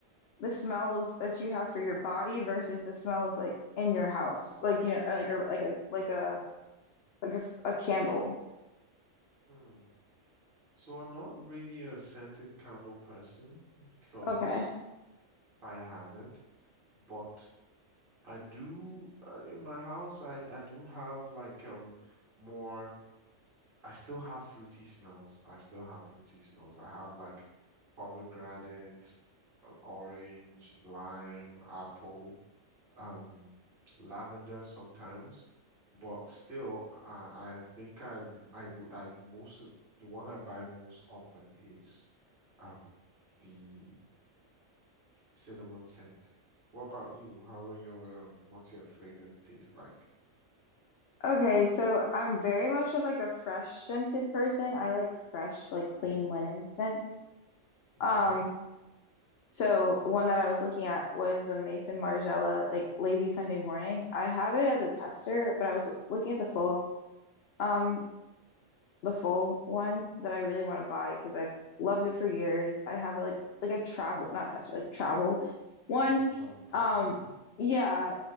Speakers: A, on the left; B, on the right.
A: the smells that you have for your body versus the smells like in your house, like you know, or like a like a like a like a, a candle.
B: Hmm. So I'm not really a scented candle person because
A: Okay.
B: fire hazard. but I do uh, in my house I, I do have like um more I still have fruity smells. I still have fruity smells. I have like pomegranate, uh, orange, lime, apple. um lavender sometimes, but still, I I think I'm I would I most of the one I buy most often is um the cinnamon scent. What about you? How are your um what's your fragrance taste like?
A: Okay, so I'm very much of like a fresh scented person. I like fresh, like clean
B: Mhm.
A: linen scents. Um,
B: Okay,
A: So one that I was looking at was the Mason Margiela like Lazy Sunday Morning. I have it as a tester, but I was looking at the full um the full one that I really want to buy because I've loved it for years. I have it like like a travel, not tester, like travel one.
B: like a travel pack.
A: Um
B: hmm
A: yeah,